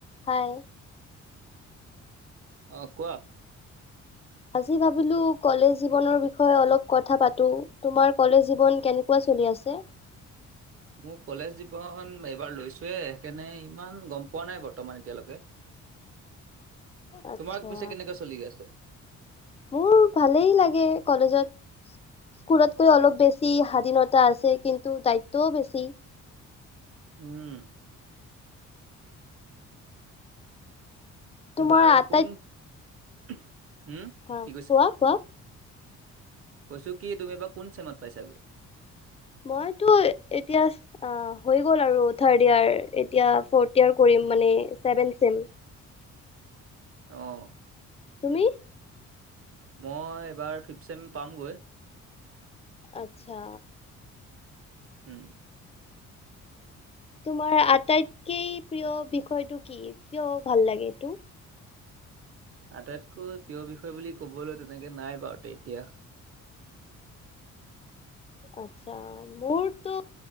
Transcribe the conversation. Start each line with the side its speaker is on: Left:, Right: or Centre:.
Left: হাই।
Right: অ' কোৱা?
Left: আজি ভাবিলোঁ কলেজ জীৱনৰ বিষয়ে অলপ কথা পাতো। তোমাৰ কলেজ জীৱন কেনেকুৱা চলি আছে?
Right: মোৰ কলেজ জীৱন এইবাৰ লৈছোহে সেইকাৰণে ইমান গ'ম পোৱা নাই বৰ্তমান এতিয়ালৈকে।
Left: আচ্ছা।
Right: তোমাৰ পিছে কেনেকে চলি আছে
Left: মোৰ ভালেই লাগে কলেজত। ঘৰতকৈ অলপ বেছি স্বাধীনতা আছে কিন্তু দায়িত্বও বেছি।
Right: উম।
Left: তোমাৰ
Right: এইবাৰ
Left: আটাইত
Right: কোন হম
Left: হ
Right: কি
Left: কোৱা কোৱা?
Right: কৈছোঁ কি তুমি বা কোন চেমত পাইছাগৈ?
Left: মইতো এতিয়া আ, হৈ গ'ল আৰু থাৰ্ড ইয়াৰ, এতিয়া ফৰ্ট ইয়াৰ কৰিম মানে ছেভেন ছেম।
Right: অ'।
Left: তুমি?
Right: মই এইবাৰ ফিফট চেম পামগৈ।
Left: আচ্ছা।
Right: হুম।
Left: তোমাৰ আটাইতকেই প্ৰিয় বিষয়টো কি? কিয় ভাল লাগে এইটো?
Right: আটাইতকৈ প্ৰিয় বিষয় বুলি ক'বলৈ তেনেকে নাই বাৰুতে এতিয়া।
Left: আচ্ছা। মোৰতো